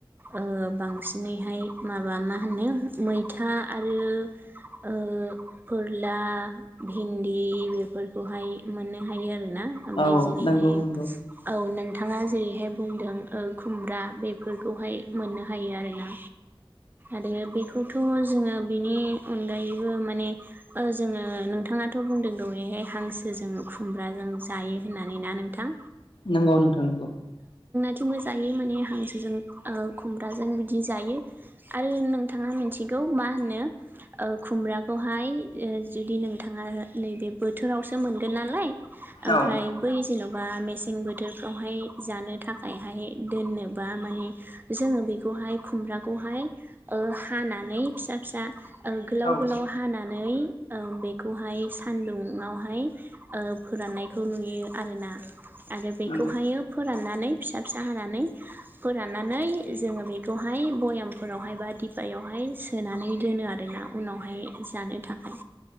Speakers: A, on the right (about 20°); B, on the left (about 70°).
A: ओ बांसिनैहाय हायो माबा मा होनो मैथा आरो ओ फोरला, भिन्दि बेफोरखौहाय मोननो हायो आरो। आरोना ओमफ्राय
B: औ
A: जेरैहाय
B: नंगौ नंगौ
A: औ नोंथाङा जेरैहाय बुंदों ओ खुमब्रा बेफोरखौहाय मोननो हायो आर ना। आरो बेखौथ' जोङो बेनि अनगायैबो माने जोङो नोंथां नोंथाङाथ' बुंदों दहयहाय हांसोजों खुमब्राजों जायो होननानै ना नोंथां?
B: नंगौ नोंथां नंगौ।
A: थिंबो जायो माने हांसोजों ओ खुमब्राजों बिदि जायो आरो नोंथाङा मिथिगौ गौ मा होनो ओ खुमब्राखौहाय ओ जुदि नोंथाङा नैबे बोथोरावसो मोनगोन नालाय ओमफ्राय
B: औ
A: बै जेन'बा मेसें मेसें बोथोरफ्रावहाय जानो थाखायहाय दोननोबा माने जोङो बेखौहाय खुम ब्राखौहाय ओ हानानै फिसा फिसा गोलाव
B: औ
A: गोलाव हानानै ओ बेखौहाय सानदुंङाव हाय ओ फोराननायखौ नुयो आरोना आरो बेखौहायो
B: नंगौ
A: फोराननानै फिसा फिसा हानानै फोराननानै जोङो बेखौहाय भयामफोरावहाय बा दिबायावहाय सोनानै दोनो आरोना उनावहाय जानो थाखाय